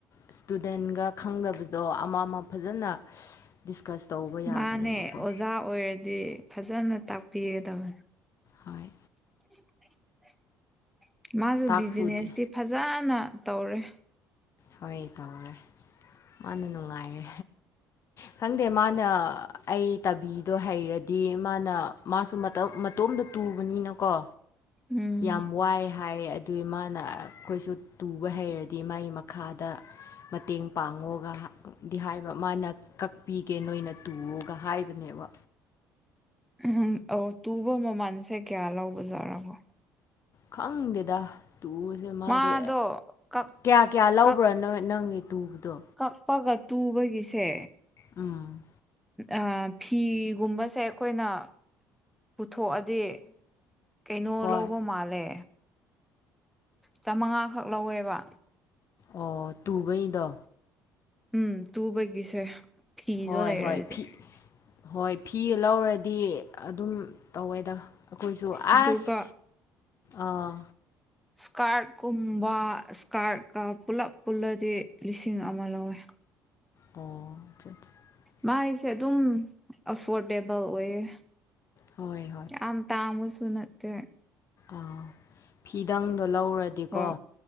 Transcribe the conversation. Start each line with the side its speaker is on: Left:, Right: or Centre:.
Left: ꯏꯁꯇꯨꯗꯦꯟꯒ ꯈꯪꯗꯕꯗꯣ ꯑꯃ ꯑꯃ ꯐꯖꯅ ꯗꯤꯁꯀꯁ ꯇꯧꯕ ꯌꯥꯕꯅꯦꯕꯀꯣ
Centre: ꯃꯥꯅꯦ ꯑꯣꯖꯥ ꯑꯣꯏꯔꯗꯤ ꯐꯖꯅ ꯇꯥꯛꯄꯤꯒꯗꯕꯅꯤ
Left: ꯍꯣꯏ
Centre: <inaudible> ꯃꯥꯁꯨ
Left: ꯇꯥꯛꯄꯨꯗꯦ
Centre: ꯕꯤꯖꯤꯅꯦꯁꯇꯤ ꯐꯖꯅ ꯇꯧꯔꯦ
Left: ꯍꯣꯏ ꯇꯧꯔꯦ ꯃꯥꯅ ꯅꯨꯡꯉꯥꯏꯔꯦ ꯈꯪꯗꯦ ꯃꯥꯅ ꯑꯩ ꯇꯕꯤꯗꯣ ꯍꯩꯔꯗꯤ ꯃꯥꯅ ꯃꯥꯁꯨ ꯃꯇꯣꯝꯗ ꯇꯨꯕꯅꯤꯅꯀꯣ
Centre: ꯎꯝ
Left: ꯌꯥꯝ ꯋꯥꯏ ꯍꯥꯏ ꯑꯗꯨꯏ ꯃꯥꯅ꯫ ꯑꯩꯈꯣꯏꯁꯨ꯫ ꯇꯨꯕ ꯍꯩꯔꯗꯤ ꯃꯥꯏ꯫ ꯈꯥꯗ ꯃꯇꯦꯡ ꯄꯥꯡꯉꯣꯒꯗꯤ ꯍꯥꯏꯕ ꯃꯥꯅ ꯀꯛꯄꯤꯒꯦ ꯅꯣꯏꯅ ꯇꯨꯑꯣꯒ ꯍꯥꯏꯕ꯫ ꯑꯗꯨꯅꯦꯕ꯫
Centre: ꯎꯝ ꯑꯣ ꯇꯨꯕ ꯃꯃꯟꯁꯦ ꯀꯌꯥ ꯂꯧꯕꯖꯥꯔꯀꯣ꯫
Left: ꯈꯪꯗꯦꯗ꯫ ꯇꯨꯕꯁꯦ ꯃꯥꯗꯤ
Centre: ꯃꯥꯗꯣ ꯀꯛ
Left: ꯀꯌꯥ ꯀꯌꯥ ꯂꯧꯕ꯭ꯔꯣ
Centre: ꯀꯛ
Left: ꯅꯪꯒꯤ ꯇꯨꯕꯗꯣ
Centre: ꯀꯛꯄꯒ꯫ ꯇꯨꯕꯒꯤꯁꯦ꯫
Left: ꯎꯝ꯫
Centre: ꯑ ꯐꯤꯒꯨꯝꯕꯁꯦ ꯑꯩꯈꯣꯏꯅ꯫ ꯄꯨꯊꯣꯛꯑꯗꯤ꯫ ꯀꯩꯅꯣ
Left: ꯍꯣꯏ
Centre: ꯂꯧꯕ ꯃꯥꯜꯂꯦ꯫ ꯆꯝꯃꯉꯥ ꯈꯛ ꯂꯧꯋꯦꯕ꯫
Left: ꯑꯣ ꯇꯨꯕꯩꯗꯣ꯫
Centre: ꯎꯝ ꯇꯨꯕꯒꯤꯁꯦ꯫ ꯐꯤꯗꯣ
Left: ꯍꯣꯏ
Centre: ꯂꯩꯔꯗ꯫
Left: ꯍꯣꯏ ꯐꯤ ꯍꯣꯏ ꯐꯤ ꯂꯧꯔꯗꯤ ꯑꯗꯨꯝ ꯇꯧꯋꯦꯗ꯫ ꯑꯩꯈꯣꯏꯁꯨ
Centre: ꯑꯗꯨꯒ
Left: ꯑꯁ꯫ ꯑꯥ꯫
Centre: ꯏꯁꯀꯥꯔꯠꯀꯨꯝꯕ ꯏꯁꯀꯥꯔꯠꯀ ꯄꯨꯂꯞ ꯄꯨꯜꯂꯗꯤ ꯂꯤꯁꯤꯡ ꯑꯃ ꯂꯧꯋꯦ꯫
Left: ꯑꯣ <unintelligible>
Centre: ꯃꯥꯏꯁꯦ ꯑꯗꯨꯝ ꯑꯐꯣꯔꯗꯦꯕꯜ ꯑꯣꯏꯌꯦ꯫
Left: ꯍꯣꯏ ꯍꯣꯏ
Centre: ꯌꯥꯝ ꯇꯥꯡꯕꯁꯨ ꯁꯨꯅꯠꯇꯦ꯫
Left: ꯑꯥ꯫ ꯐꯤꯗꯪꯗꯣ ꯂꯧꯔꯗꯤꯀꯣ꯫
Centre: ꯍꯣꯏ